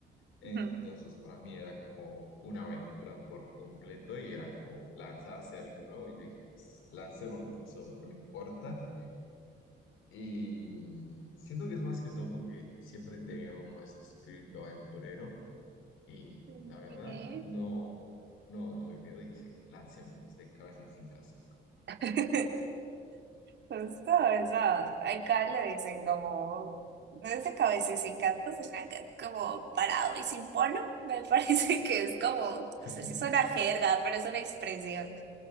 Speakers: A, on the left (about 85°); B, on the right (about 60°).
A: Entonces,
B: Ujú.
A: para mí era como una aventura por completo y era como lanzarse a algo nuevo. Y yo dije, pues, lancémonos, eso no importa. Y siento que es más que todo porque siempre te veo como ese espíritu aventurero y
B: Ok.
A: la verdad no, no tuve miedo y dije, lancémonos de cabeza y sin casco.
B: <laughs> Justo eso. Acá le dicen como, no es de cabeza y sin casco, sino que es como parado y sin polo. Me <laughs> parece que es como,
A: <laughs>
B: no sé si es una jerga, pero es una expresión